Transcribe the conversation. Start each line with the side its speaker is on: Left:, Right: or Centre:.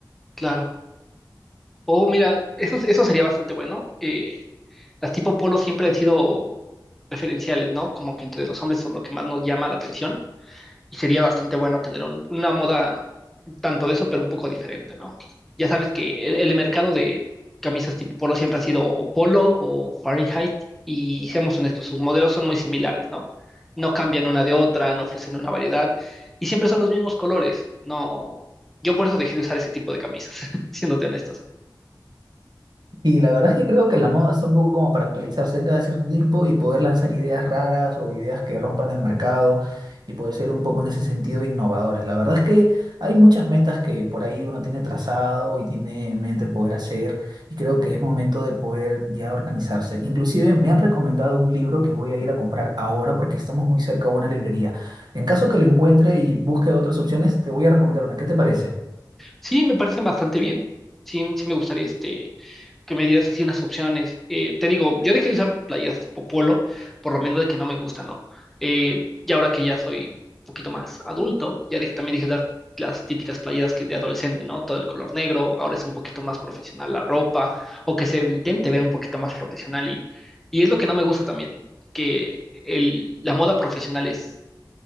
Centre: Claro. O mira, eso, eso sería bastante bueno. Eh, las tipo polo siempre han sido preferenciales, ¿no? Como que entre los hombres son lo que más nos llama la atención y sería bastante bueno tener un- una moda tanto de eso, pero un poco diferente, ¿no? Ya sabes que el, el mercado de camisas tipo polo siempre ha sido o polo o Fahrenheit y seamos honestos, sus modelos son muy similares, ¿no? No cambian una de otra, no ofrecen una variedad y siempre son los mismos colores, ¿no? Yo por eso dejé de usar ese tipo de camisas, <laughs> siéndote honestas.
Right: Y la verdad es que creo que la moda está un poco como para actualizarse cada cierto tiempo y poder lanzar ideas raras o ideas que rompan el mercado y poder ser un poco en ese sentido innovadores. La verdad es que hay muchas metas que por ahí uno tiene trazado y tiene en mente poder hacer y creo que es momento de poder ya organizarse. Inclusive me han recomendado un libro que voy a ir a comprar ahora porque estamos muy cerca a una librería. En caso que lo encuentre y busque otras opciones, te voy a recomendar una. ¿Qué te parece?
Centre: Sí, me parecen bastante bien. Sí, sí me gustaría este que me dieras así unas opciones. Eh, te digo, yo dejé de usar playeras tipo polo, por lo menos de que no me gusta, ¿no? Eh, y ahora que ya soy un poquito más adulto, ya dije, también dije dar las típicas playeras que de adolescente, ¿no? Todo el color negro, ahora es un poquito más profesional la ropa, o que se intente ver un poquito más profesional y, y es lo que no me gusta también, que el, la moda profesional es